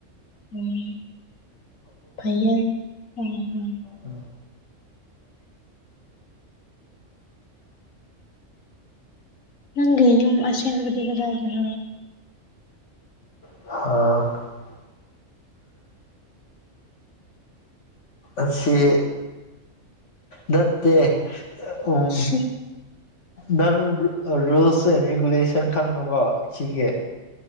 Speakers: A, on the left; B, on the left.
A: ꯎꯝ ꯐꯩꯌꯦ ꯎꯝ ꯎꯝ
B: ꯎꯝ
A: ꯅꯪꯒꯤ ꯌꯨꯝ ꯑꯁꯦꯡꯕꯗꯤ ꯀꯗꯥꯏꯗꯅꯣ
B: ꯍꯥ ꯑꯁꯤ ꯅꯠꯇꯦ ꯎꯝ
A: ꯁꯤ
B: ꯅꯪꯔ ꯔꯨꯜꯁ ꯑꯦꯟ ꯔꯤꯒꯨꯂꯦꯁꯟ ꯈꯪꯉꯕꯣ ꯁꯤꯒꯤ